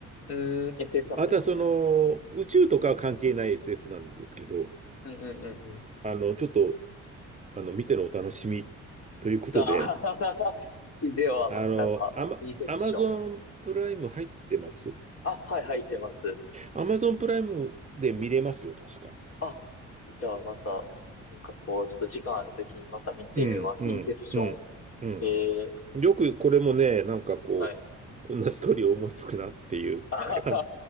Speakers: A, on the left (about 50°); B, on the right (about 25°).
A: うーん、SF
B: また、
A: なんですね。
B: その、宇宙とかは関係ない SF なんですけど、
A: うん、うん、うん、
B: あの、ちょっと、あの、見てのお楽しみということで、
A: あ <laughs> では、
B: あの、
A: なんか、
B: アマ、
A: インセプション。
B: アマゾンプライム入ってます
A: あ、はい、入ってます。
B: アマゾンプライムで見れますよ、確か。
A: あ、じゃあまた、なんかこう、ちょっと時間あるときにまた見てみます。
B: うん、うん、
A: インセプション。
B: うん、うん。
A: ええ
B: よくこれもね、なんかこ
A: はい。
B: う、こんなストーリー思いつくなっていう
A: あ
B: <laughs> 感